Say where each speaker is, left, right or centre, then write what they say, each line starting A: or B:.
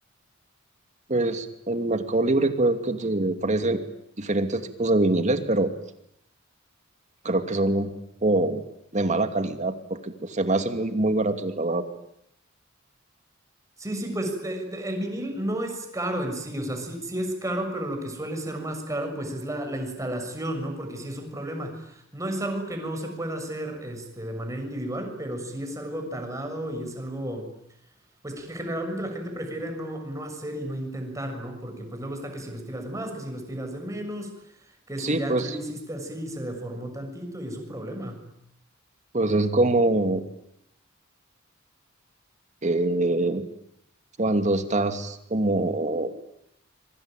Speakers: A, on the right; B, on the right.
A: Pues en Mercado Libre creo que te ofrecen diferentes tipos de viniles, pero creo que son un poco de mala calidad porque pues se me hacen muy, muy baratos, la verdad.
B: Sí, sí, pues de- de- el vinil no es caro en sí, o sea, sí, sí es caro, pero lo que suele ser más caro pues es la, la instalación, ¿no? Porque sí es un problema. No es algo que no se pueda hacer este, de manera individual, pero sí es algo tardado y es algo... Pues que generalmente la gente prefiere no, no hacer y no intentar, ¿no? Porque pues luego está que si los tiras de más, que si los tiras de menos, que
A: Sí,
B: si ya
A: pues,
B: aquí le hiciste así y se deformó tantito y es un problema.
A: pues es como eh, cuando estás como